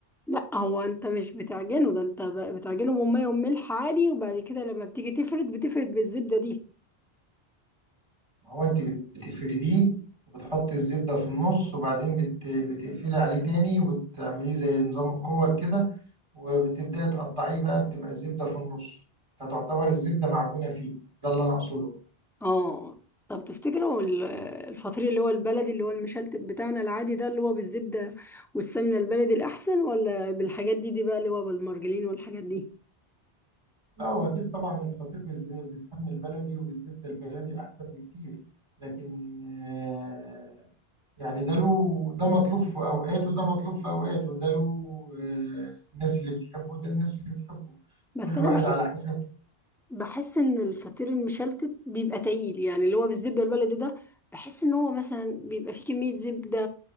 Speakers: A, in the centre; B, on the right.
A: لا هو انت مش بتعجنه ده انت ب- بتعجنه بميه وملح عادي وبعد كده لما بتيجي تفرد بتفرد بالزبده دي
B: ما هو انت بت- بتفرديه وبتحطي الزبدة في النص وبعدين بت... بتقفلي عليه تاني وتعمليه زي نظام الكور كده وبتبدأي تقطعيه بقى بتبقى الزبدة في النص فتعتبر الزبدة معجونة فيه ده اللي أنا أقصده
A: اه طب تفتكروا ال- الفطير اللي هو البلدي اللي هو المشلتت بتاعنا العادي ده اللي هو بالزبدة والسمنة البلدي الأحسن ولا بالحاجات دي دي بقى اللي هو بالمرجلين والحاجات دي
B: لا هو أكيد طبعا الفطير بالز- بالسمن البلدي وبالزبدة البلدي أحسن بكتير لكن آه، يعني ده له ده مطلوب في أوقات وده مطلوب في أوقات وده له آه، الناس اللي بتحبه وده الناس اللي بتحبه
A: بس
B: كل
A: أنا
B: واحد
A: بحس
B: على حسب
A: بحس إن الفطير المشلتت بيبقى تقيل يعني اللي هو بالزبدة البلدي ده بحس إن هو مثلا بيبقى فيه كمية زبدة